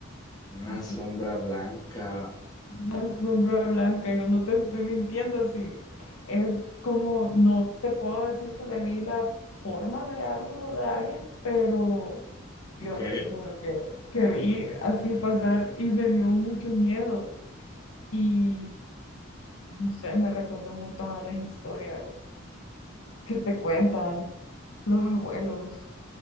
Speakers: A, on the left (about 20°); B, on the left (about 85°).
A: Una
B: así,
A: sombra blanca.
B: una sombra blanca, yo no te estoy mintiendo, así, es como, no te puedo decir que le vi la forma de algo o de alguien, pero Dios,
A: Ok.
B: te juro que, que vi así pasar y me dio mucho miedo y no sé, me recordó un montón a las historias que te cuentan los abuelos.